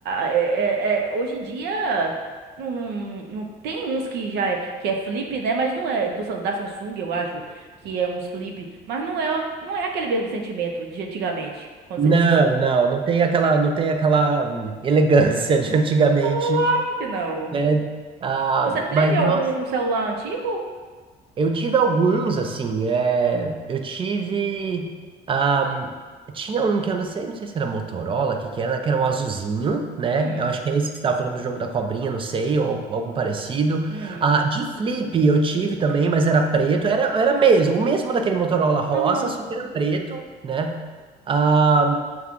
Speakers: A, on the right; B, on the right.
A: É- é- é, hoje em dia não, não, não tem uns que já é, que é flip, né? Mas não é do, Sam- da Samsung, eu acho, que é uns flip. Mas não é, não é aquele mesmo sentimento de antigamente. Quando
B: Não,
A: você dizia,
B: não, não tem aquela, não tem aquela hum, elegância de antigamente,
A: claro que não.
B: né? Ah,
A: Você teve
B: mas
A: algum
B: nossa,
A: celular antigo?
B: Eu tive alguns, assim, é, eu tive, ahm, tinha um que eu não sei, não sei se era Motorola, que que era, que era um azulzinho, né?
A: Hum,
B: Eu acho que é esse que você estava falando do jogo da cobrinha, não sei, ou algum parecido.
A: hum.
B: Ah, de flip eu tive também, mas era preto, era, era mesmo, o mesmo daquele Motorola rosa,
A: Aham.
B: só que era preto, né? Ah,